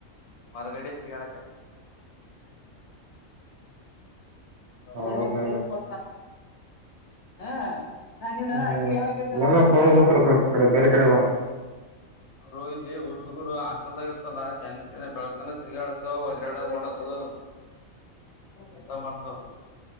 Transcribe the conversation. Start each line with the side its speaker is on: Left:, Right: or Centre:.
Left: ಹೊರಗಡೆ ತಿರಿಡ
Right: ಹೌದಾ
Left: ಏಳ್ನೂರ ಇಪ್ಪತ್ತ ಹಾ ನಾನನ್
Right: ಹ್ಮ್
Left: ಹಂಗಿ ಹಕತಿಲ್ಲ
Right: ಏನೋ
Left: ಮತ್ತ್ಯಾಕ್
Right: ಸೌಂಡ್ ಬರ್ತಾರ
Left: ಸ್ಟಾಪ್
Right: ಸ್ವಲ್ಪ
Left: ಮಾಡ್ಕೊಳ
Right: ಕಡೆ
Left: ಅಂತ
Right: ಬೇರೆ
Left: ಹೇಳಿ
Right: ಕಡೆ ಬಾ
Left: ಅವರು ಇಲ್ಲಿ ಹುರ್ ಹುಗ್ಗರು ಹಾಸ್ಟೆಲ್ದಾಗ ಇರ್ತಲ್ಲ ಚೆನ್ ಬೆಳತಾನ ತಿರ್ಗಾಡತ ಹದ್ರಾಡದ್ ಮಾಡತ ಎಂತ ಮಾಡ್ತವ